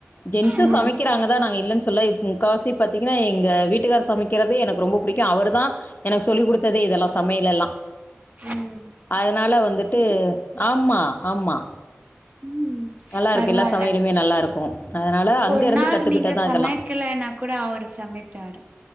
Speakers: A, on the left (about 40°); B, on the right (about 30°).
A: ஜென்ஸும்
B: ம்
A: சமைக்கிறாங்கதா நாங்க இல்லன் சொல்ல முக்கா சி பாத்தீங்கன்னா எங்க வீட்டுகார் சமைக்கிறது எனக்கு ரொம்ப புடிக்கும் அவரு தா எனக்கு சொல்லி குடுத் த்ததே இதெல்லா சமையலெல்லா
B: ம்
A: அதனால வந்துட்டு ஆமா ஆமா
B: உம்
A: நல்லாருக்கும்.
B: பரவால்ல
A: எல்லா சமையலுமே நல்லாருக்கும். அதனால அங்க
B: ஒரு
A: இருந்து
B: நாள்
A: கத்துக்கிட்டது
B: நீங்க
A: தான்
B: சமைக்கலன்னா
A: இதெல்லாம்.
B: கூட அவரு சமைப்பாரு